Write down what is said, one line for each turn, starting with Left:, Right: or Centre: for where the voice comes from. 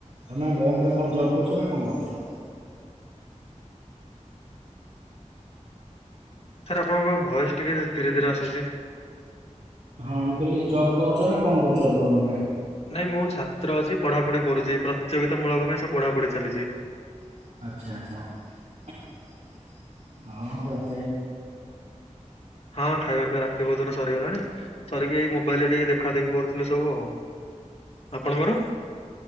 Right: ତମେ ବ୍ରହ୍ମପୁରରେ କଣ ଜବ କରୁଚ ନା କଣ କରୁଛ?
Left: ସାର୍ ଆପଣଙ୍କ ଭୟସ ଟିକେ ଧୀରେ ଧୀରେ ଆସୁଛି।
Right: ହଁ ମୁଁ କହିଲି ଜବ୍ କରୁଛ ନା କଣ କରୁଛ ବର୍ମପୁରରେ?
Left: ନାଇଁ ମୁଁ ଛାତ୍ର ଅଛି ପଢାପଢି କରୁଛି ପ୍ରତିଯୋଗିତା ମୂଳକ ପାଇଁ ସବୁ ପଢାପଢି ଚାଲିଛି।
Right: ଆଚଛା ଆଚଛା ହ
Left: ହଁ ଖାଇବା ପାଇଁ ରାତ୍ରି ଭୋଜନ ସରିଗଲାଣି ସରିକି ଏଇ ମୋବାଇଲ ରେ ଟିକେ ଦେଖା ଦେଖି କରୁଥିଲେ ସବୁ ଆଉ। ଆପଣଙ୍କର?